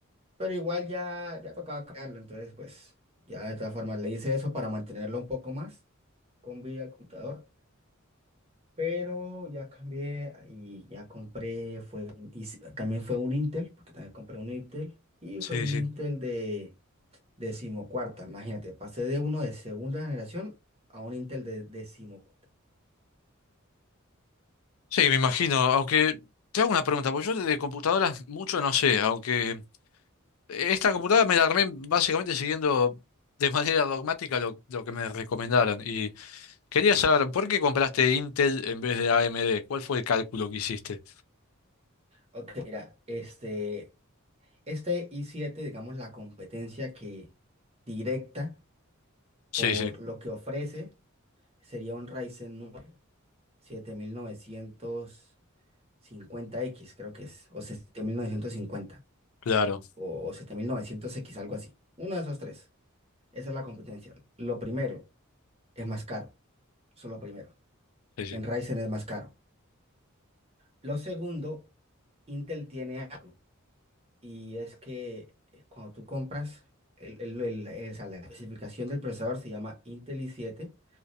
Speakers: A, on the right (about 30°); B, on the left (about 85°).
A: pero igual ya, ya tocaba cambiarlo, entonces pues ya de todas formas le hice eso para mantenerlo un poco más con vida al computador. Pero ya cambié y ya compré, fue, un- y si- también fue un Intel, porque también compré un Intel, y
B: Sí,
A: fue un
B: sí.
A: Intel de decimocuarta, imagínate, pasé de uno de segunda generación a un Intel de decimocuarta.
B: Sí, me imagino. Aunque te hago una pregunta, porque yo de computadoras mucho no sé, aunque esta computadora me la armé básicamente siguiendo de manera dogmática lo, lo que me recomendaron. Y quería saber, ¿por qué compraste Intel en vez de AMD? ¿Cuál fue el cálculo que hiciste?
A: Ok, mira, este, este i7, digamos, la competencia que directa
B: Sí,
A: por
B: sí,
A: lo que ofrece sería un Ryzen nueve siete mil novecientos cincuenta x creo que es, o 7950
B: claro.
A: o, o siete mil novecientos x algo así. Uno de esos tres. Esa es la competencia. Lo primero es más caro. Eso es lo primero.
B: Sí, sí.
A: En Ryzen es más caro. Lo segundo, Intel tiene algo. Y es que eh, cuando tú compras, el, el- el- eh, o sea, la especificación del procesador se llama Intel i siete